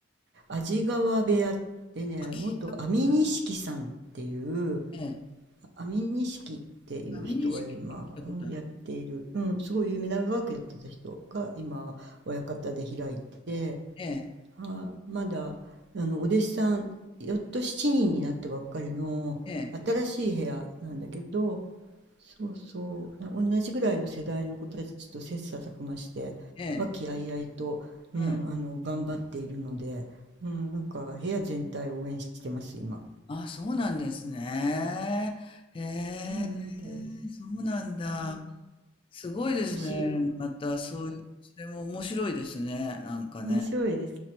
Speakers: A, on the right; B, on the left.
A: 安治川部屋ってね、
B: あ、聞いたことない。
A: 元安美錦さんっていう、
B: ええ。
A: 安美錦っていう人が今、
B: 神錦って聞いたことある。
A: うん、やっている、うん、すごい有名、長くやってた人が今、親方で開いて、
B: ええ、
A: あ、まだ、あの、お弟子さん、よっと7人にんになったばっかりの新しい部屋なんだけど、
B: ええ、
A: そうそう、な同じぐらいの世代の子たちと切磋琢磨して、
B: ええ、
A: 和気あいあいと、うん、
B: ええ。
A: あの、頑張っているので、うん、なんか部屋全体を応援してます、今。
B: あ、そうなんですね。へえ、
A: そうなんです。
B: そうなんだ。
A: あ
B: すごいですね。
A: もし、
B: また、そういう、それも面白いですね。なんかね。
A: 面白いです。